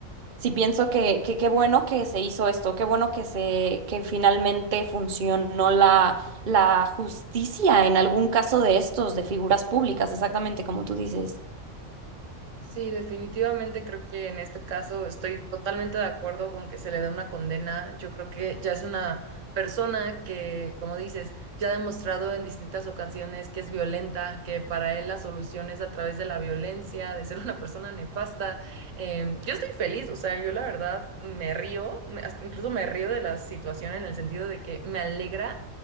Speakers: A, on the right; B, on the right.
A: sí pienso que, que qué bueno que se hizo esto, qué bueno que se, que finalmente funcionó la, la justicia en algún caso de estos, de figuras públicas, exactamente como tú dices.
B: Sí, definitivamente creo que en este caso estoy totalmente de acuerdo con que se le da una condena. Yo creo que ya es una persona que, como dices, ya ha demostrado en distintas ocasiones que es violenta, que para él la solución es a través de la violencia, de ser una persona nefasta. Em, yo estoy feliz, o sea, yo la verdad me río, me- hasta incluso me río de la situación en el sentido de que me alegra